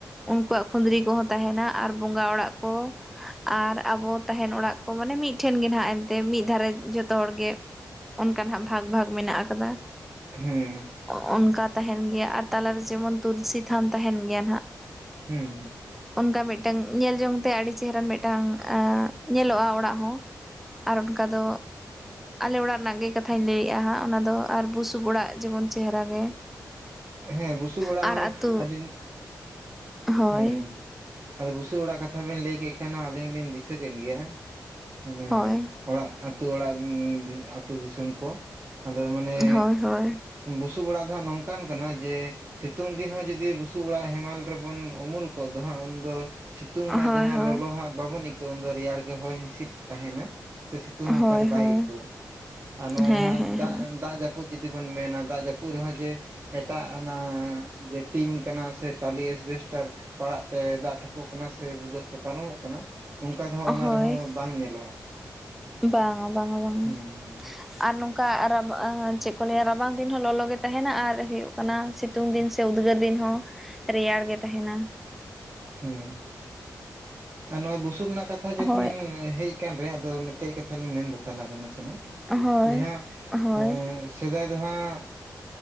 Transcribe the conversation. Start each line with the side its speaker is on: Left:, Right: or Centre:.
Centre: ᱩᱱᱠᱩᱣᱟᱜ ᱠᱷᱩᱸᱫᱽᱲᱤ ᱠᱚᱦᱚ ᱛᱟᱸᱦᱮᱱᱟ ᱟᱨ ᱵᱚᱸᱜᱟ ᱚᱲᱟᱜ ᱠᱚ ᱾ ᱟᱨ ᱟᱵᱚ ᱛᱟᱸᱦᱮᱱ ᱚᱲᱟᱜ ᱠᱚ ᱢᱟᱱᱮ ᱢᱤᱫ ᱴᱷᱮᱱ ᱜᱮ ᱱᱟᱦᱟᱜ ᱮᱱᱛᱮ ᱢᱤᱫ ᱫᱷᱟᱨᱮ ᱡᱷᱚᱛᱚ ᱦᱚᱲ ᱜᱮ ᱚᱱᱠᱟ ᱱᱟᱜ ᱵᱷᱟᱜᱽ ᱵᱷᱟᱜᱽ ᱢᱮᱱᱟᱜ ᱟᱠᱟᱫᱟ ᱾
Right: ᱦᱩᱸ ᱾
Centre: ᱚ-ᱚᱱᱠᱟ ᱛᱟᱸᱦᱮᱱ ᱜᱮᱭᱟ ᱟᱨ ᱛᱟᱞᱟᱨᱮ ᱡᱮᱢᱚᱱ ᱛᱩᱞᱥᱤ ᱛᱷᱟᱱ ᱛᱟᱸᱦᱮᱱ ᱜᱮᱭᱟ ᱱᱟᱜ ᱾
Right: ᱦᱩᱸ ᱦᱩᱸ
Centre: ᱚᱱᱠᱟ ᱢᱤᱫᱴᱟᱝ ᱧᱮᱞ ᱡᱚᱝ ᱛᱮ ᱟᱹᱰᱤ ᱪᱮᱦᱮᱨᱟᱱ ᱢᱤᱫᱴᱟᱝ ᱧᱮᱞᱚᱜ-ᱟ ᱚᱲᱟᱜ ᱦᱚᱸ ᱟᱨ ᱚᱱᱠᱟ ᱫᱚ ᱟᱞᱮ ᱚᱲᱟᱜ ᱨᱮᱱᱟᱜ ᱜᱮ ᱠᱟᱛᱷᱟᱧ ᱞᱟᱹᱭᱮᱫ-ᱟ ᱦᱟᱸᱜ ᱚᱱᱟ ᱫᱚ ᱟᱨ ᱵᱩᱥᱩᱵ ᱚᱲᱟᱜ ᱡᱮᱢᱚᱱ ᱪᱮᱦᱮᱨᱟ ᱜᱮ
Right: ᱦᱮᱸ ᱵᱩᱥᱩᱵ ᱚᱲᱟᱜ
Centre: ᱟᱨ
Right: ᱦᱚᱸ
Centre: ᱟᱹᱛᱩ
Right: ᱟᱹᱰᱤ
Centre: ᱦᱳᱭ
Right: ᱦᱮᱸ ᱟᱫᱚ ᱵᱩᱥᱩᱵ ᱚᱲᱟᱜ ᱠᱟᱛᱷᱟ ᱵᱮᱱ ᱞᱟᱹᱭ ᱠᱮᱜ ᱠᱷᱟᱱ ᱟᱞᱤᱧ ᱦᱚᱸ ᱞᱤᱧ ᱫᱤᱥᱟᱹ ᱠᱮᱫ ᱜᱮᱭᱟ ᱾ ᱢᱟᱱᱮ
Centre: ᱦᱳᱭ
Right: ᱚᱲᱟᱜ ᱟᱛᱳ ᱚᱲᱟᱜ ᱟᱛᱳ ᱫᱤᱥᱚᱢ ᱠᱚ ᱟᱫᱚ ᱢᱟᱱᱮ
Centre: ᱦᱳᱭ ᱦᱳᱭ
Right: ᱵᱩᱥᱩᱵ ᱚᱲᱟᱜ ᱫᱚ ᱦᱟᱸᱜ ᱱᱚᱝᱠᱟᱱ ᱠᱟᱱᱟ ᱡᱮ ᱥᱤᱛᱩᱝ ᱫᱤᱱ ᱦᱚᱸ ᱡᱩᱫᱤ ᱵᱩᱥᱩᱵ ᱚᱲᱟᱜ ᱦᱮᱢᱟᱞ ᱨᱮᱵᱚᱱ ᱩᱢᱩᱞ ᱠᱚᱜ ᱫᱚ ᱦᱟᱸᱜ ᱩᱱᱫᱚ ᱥᱤᱛᱩᱝ ᱚᱱᱟ
Centre: ᱦᱳᱭ
Right: ᱡᱟᱸᱦᱟ
Centre: ᱦᱳᱭ
Right: ᱞᱚᱞᱚ ᱦᱟᱸᱜ ᱵᱟᱵᱚᱱ ᱟᱹᱭᱠᱟᱹᱣ ᱩᱱ ᱫᱚ ᱨᱮᱭᱟᱲ ᱜᱮ ᱦᱚᱭ ᱦᱤᱸᱥᱤᱫ ᱛᱟᱸᱦᱮᱱᱟ ᱾ ᱥᱮ ᱥᱤᱛᱩᱝ ᱦᱚᱸ
Centre: ᱦᱳᱭ
Right: ᱚᱱᱠᱟ ᱫᱚ ᱵᱟᱭ
Centre: ᱦᱳᱭ
Right: ᱟᱹᱭᱠᱟᱹᱣᱟ ᱟᱨ ᱱᱚᱜ-ᱚᱭ
Centre: ᱦᱮᱸ
Right: ᱡᱟᱸᱦᱟ ᱫᱟᱜ
Centre: ᱦᱮᱸ ᱦᱮᱸ
Right: ᱫᱟᱜ ᱡᱟ ᱡᱟᱹᱯᱩᱫ ᱡᱩᱫᱤ ᱵᱚᱱ ᱢᱮᱱᱟ ᱫᱟᱜ ᱡᱟᱹᱯᱩᱫ ᱨᱮᱦᱚᱸ ᱡᱮ ᱮᱴᱟᱜ ᱦᱟᱱᱟ ᱡᱮ ᱴᱤᱱ ᱠᱟᱱᱟ ᱥᱮ ᱴᱟᱞᱤ ᱮᱥᱵᱮᱥᱴᱟᱨ ᱯᱟᱲᱟᱜ ᱛᱮ ᱫᱟᱜ ᱴᱷᱚᱯᱚᱜ ᱠᱟᱱᱟ ᱥᱮ ᱵᱷᱩᱜᱟᱹᱜ ᱛᱮ ᱯᱟᱨᱚᱢᱚᱜ ᱠᱟᱱᱟ ᱾ ᱚᱱᱠᱟ ᱫᱚ ᱚᱱᱟ
Centre: ᱦᱳᱭ
Right: ᱨᱮᱦᱚᱸ ᱵᱟᱝ ᱧᱮᱞᱚᱜ-ᱟ
Centre: ᱵᱟᱝᱟ ᱵᱟᱝᱟ ᱵᱟᱝᱟ
Right: ᱦᱩᱸ ᱦᱩᱸ ᱾
Centre: ᱟᱨ ᱱᱚᱝᱠᱟ ᱨᱟᱵᱟᱝ ᱪᱮᱫ ᱠᱚ ᱞᱟᱹᱭᱟ ᱨᱟᱵᱟᱝ ᱫᱤᱱ ᱦᱚᱸ ᱞᱚᱞᱚᱜ ᱜᱮ ᱛᱟᱸᱦᱮᱱᱟ ᱟᱨ ᱦᱳᱭᱳᱜ ᱠᱟᱱᱟ ᱥᱤ ᱥᱤᱛᱩᱝ ᱫᱤᱱ ᱥᱮ ᱩᱫᱽᱜᱟᱹᱨ ᱫᱤᱱ ᱦᱚᱸ ᱨᱮᱭᱟᱲ ᱜᱮ ᱛᱟᱸᱦᱮᱱᱟ᱾
Right: ᱦᱩᱸ ᱟᱨ ᱱᱚᱜ-ᱚᱭ ᱵᱩᱥᱩᱵ ᱨᱮᱱᱟᱜ ᱠᱟᱛᱷᱟ ᱡᱚᱠᱷᱚᱱ
Centre: ᱦᱳᱭ
Right: ᱦᱮᱡ ᱠᱟᱱ ᱨᱮ ᱟᱫᱚ ᱢᱤᱫᱴᱮᱡ ᱠᱟᱛᱷᱟ ᱞᱤᱧ ᱢᱮᱱ ᱫᱟ ᱛᱟᱞᱟ ᱨᱮ ᱱᱟᱥᱮ ᱱᱟᱜ
Centre: ᱦᱳᱭ
Right: ᱡᱮ ᱦᱟᱸᱜ
Centre: ᱦᱳᱭ
Right: ᱮᱸ ᱥᱮᱫᱟᱭ ᱫᱚ ᱦᱟᱸᱜ